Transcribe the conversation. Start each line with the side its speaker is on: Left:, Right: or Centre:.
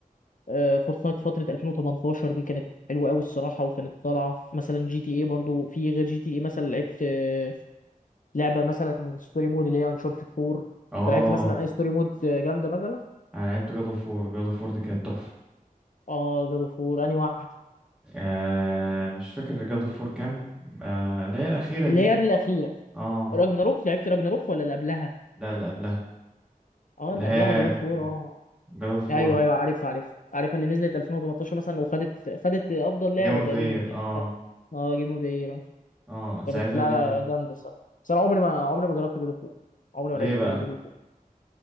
Left: آه، فورتنايت فتره 2018 دي كانت حلوه قوي الصراحه وكانت طالعه مثلا جي تي اي برضه في غير جي تي اي مثلا لعبت آه، لعبه مثلا ستوري مود اللي هي انشارتد 4 انت
Centre: اه
Left: لعبت مثلا اي ستوري مود جامده مثلا
Centre: انا لعبت جادو فور جادو فور دي كانت تحفة
Left: اه جادو فور انهي واحده
Centre: آه مش فاكر جاد اوف وور كام آه اللي هي الأخيرة
Left: اللي
Centre: دي
Left: هي قبل الاخيره
Centre: اه
Left: راجناروك لعبت راجناروك ولا اللي قبلها
Centre: لا اللي قبلها
Left: اه
Centre: اللي
Left: اللي
Centre: هي
Left: قبلها جادو فور اه
Centre: جاد اوف
Left: ايوه
Centre: وور
Left: ايوه عارفها عارفها عارفها اللي نزلت 2018 مثلا وخدت خدت افضل لعبه
Centre: جيم اوف
Left: تقريبا
Centre: ذا يير
Left: يعني
Centre: اه
Left: خدت اه جيم اوف ذا يير
Centre: اه ساعتها
Left: كانت لا
Centre: دي كان
Left: لا جامده الصراحه بس انا عمري ما عمري ما جربت جود اوف وور، عمري
Centre: ليه
Left: ما لعبت
Centre: بقى
Left: خالص جود اوف وور،